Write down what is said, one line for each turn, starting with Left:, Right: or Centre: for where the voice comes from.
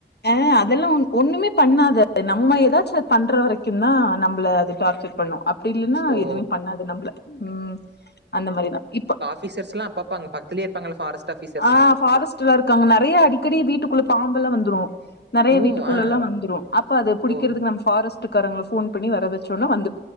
Left: ஆ அதெல்லா ஒண்ணுமே பண்ணாது நம்ம ஏதாச்சு பண்ற வரைக்கு கியு தா நம்மள அது டார்ச்சர் பண்ணு அப்படி இல்லன்னா
Right: ஓ
Left: எதுவுமே பண்ணாது நம்மள ம் அந்த மாதிரிதா இப்ப
Right: பீசர்ஸ்லா அப்பப்ப அங்க பார் க்கத்துலே இருப்பங்கள ஃபாரஸ்ட் ஆஃபீஸ்
Left: ஆ ஃபாரஸ்ட்ல்லா இருக்காங்க நறைய அடிக்கடி வீட்டுக்குள்ள பாம்பெல்லா வந்துரு நறைய
Right: ஓ
Left: வீட்டுக்குள்ளெல்லா
Right: ஆ
Left: வந்துரு அப்ப அது புடிக்கறக்கு
Right: ஓ
Left: நம்ம ஃபாரஸ்ட் ட்டு காரங்கள ஃபோன் பண்ணி வரவச்சோன்னா வந்து